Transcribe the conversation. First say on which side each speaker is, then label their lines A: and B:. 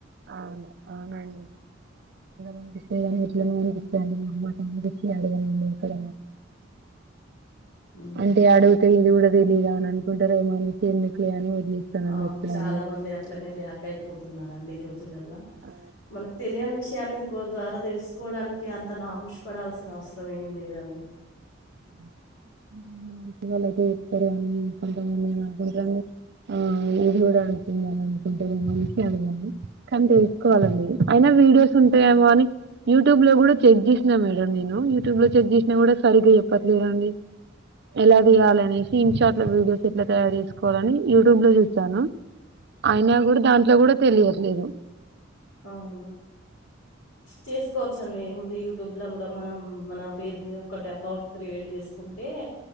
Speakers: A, on the right; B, on the left.
A: అవును అవునండి అనిపిస్తే కానీ ఇట్లనే అనిపిస్తాడి మా అమ్మాట అనిపిస్త అడుగండి అక్కడ
B: ఉమ్
A: అంటే అడుగుతే ఇది కూడా తెలీయదు అని అనుకుంటార ఏమోని ఎందుకులే అని వదిలేస్తానండి
B: అవును
A: ఎప్పుడైనా
B: చాలా మంది అట్లనే బ్యాక్ అయిపోతున్నారండి జ
A: ఆ,
B: మనకి తెలియని విషయం న్ని ఇంకో ద్వారా తెలుసుకోవడానికి అంత నమూషి పడాల్సిన అవసరం ఏం లేదండి
A: అ <inaudible> కొ నేను అనుకుంట ఆ ఇది కూడా అడుగుతుంద అని అనుకుంటరెమో అనిసి అడగాను కానీ తెలుసుకోవాలండి
B: ఆ
A: అయినా వీడియోస్ ఉంటాయేమో అని యూట్యూబ్ లో కూడా చెక్ చేసినా మేడం నేను యూట్యూబ్ లో చెక్ చేసినా కూడా సరిగా చెప్పట్లేదుండి <inaudible> ఎలా తీయాలనేసి ఇన్షార్ట్ లో వీడియోస్ ఎట్లా తయారు చేసుకోవాలని యూట్యూబ్ లో చూస్తానా అయినా కూడా దాంట్లో కూడా తెలియర్లేదు
B: అవునా చేసుకోవచ్చు ఏం ఉంది యూట్యూబ్ లో కూడా మనం మన పేరు మీద ఒకటి అకౌంట్ క్రియేట్ చేసుకుంటే